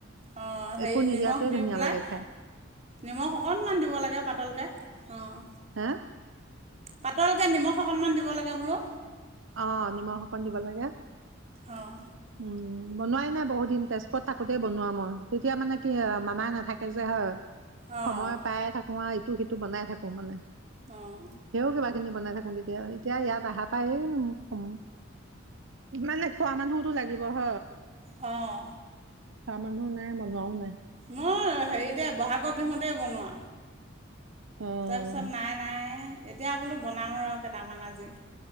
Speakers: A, on the right; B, on the right.
A: অঁ হেৰি
B: একো নিদিয়াটোৱে
A: নিমখ দি
B: ধুনীয়া
A: পেলাই
B: লাগে খাই
A: নিমখ অকণমান দিব লাগে পাতলকে অঁ
B: হে
A: পাতলকে নিমখ অকণমান দিব লাগে বোলো
B: অঁ নিমখ অকণ দিব লাগে
A: অঁ
B: উম বনোৱাই নাই বহুত দিন তেজপুৰত থাকোতেই বনোৱা মই তেতিয়া মানে কি মামাই নেথাকে যে হয়
A: অঁ
B: সময় পায়ে থাকো আৱ ইটো সিটো বনাই থাকো মানে
A: অঁ
B: ধেও কিবা বনাই থাকো তেতিয়া এতিয়া ইয়াত আহা পায় উম হোম ইমানে খোৱা মানুহতো লাগিব হ
A: অঁ
B: খোৱা মানুহো নাই বনোৱাও নাই
A: মোৰ হেৰিতে ব'হাগৰ বিহুতে বনোৱা
B: অ',
A: তাৰপিছত নাই নাই এতিয়া বোলো বনাওঁ ৰ কেইটামান আজি